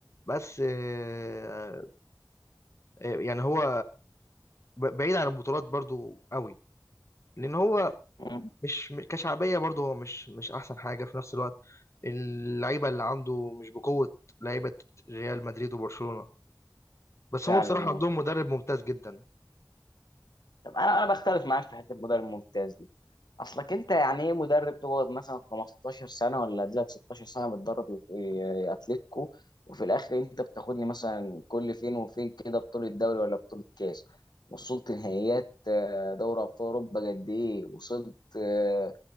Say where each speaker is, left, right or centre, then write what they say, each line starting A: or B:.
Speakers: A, on the left (about 40°); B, on the left (about 70°).
A: بس آه، آه، يعني هو ب- بعيد عن البطولات برضو قوي لان هو
B: امم
A: مش م- كشعبيه برضو هو مش مش احسن حاجه في نفس الوقت اللعيبه اللي عنده مش بقوه لعيبه ريال مدريد وبرشلونه بس
B: فعلا
A: هم بصراحه
B: اه
A: عندهم مدرب ممتاز جدا
B: طب انا انا بختلف معاك في حته المدرب الممتاز دي اصلك انت يعني ايه مدرب تقعد مثلا 15 سنه ولا تجيلك 16 سنه بتدرب إيه اتلتيكو وفي الاخر انت بتاخد لي مثلا كل فين وفين كده بطوله دوري ولا بطوله كاس وصلت نهائيات آه، دوري ابطال اوروبا قد ايه وصلت آه،